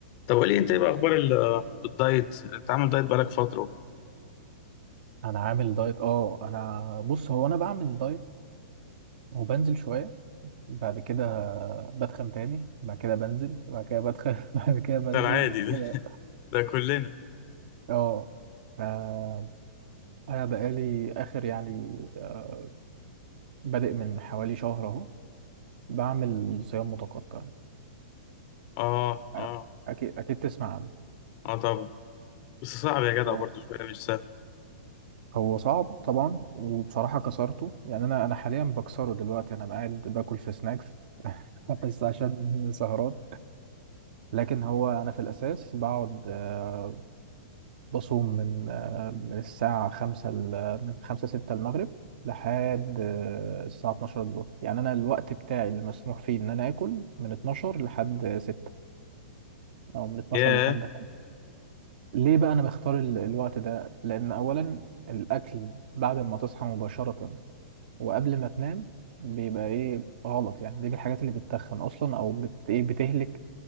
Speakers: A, on the left; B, on the right.
A: طب قولي انت ايه بقى اخبار ال- الدايت انت عامل دايت بقالك فتره
B: انا عامل دايت اه انا بص هو انا بعمل دايت وبنزل شويه بعد كده بتخن تاني بعد كده بنزل بعد كده بتخن <laughs> بعد كده بنزل
A: ده العادي ده
B: كده
A: <laughs> ده كلنا
B: اه آه، انا بقالي اخر يعني آه، بادئ من حوالي شهر اهو بعمل صيام متقطع
A: اه اه
B: آه، اكيد اكيد تسمع عنه
A: اه طبعا بس صعب يا
B: اه
A: جدع برضو شويه مش سهل
B: هو صعب طبعا وبصراحه كسرته يعني انا انا حاليا بكسره دلوقتي انا قاعد باكل في سناكس <laughs> بس عشان سهرات لكن هو انا في الاساس بقعد آه، بصوم من آه، من الساعة خمسة ل- من خمسة ستة المغرب لحد آه، الساعة 12 الظهر يعني أنا الوقت بتاعي اللي مسموح فيه إن أنا آكل من 12 لحد ستة أو من 12
A: ياه
B: لحد خمسة ليه بقى أنا بختار ال- الوقت ده؟ لأن أولا الأكل بعد ما تصحى مباشرة وقبل ما تنام بيبقى إيه غلط يعني دي من الحاجات اللي بتتخن أصلا أو بت إيه بتهلك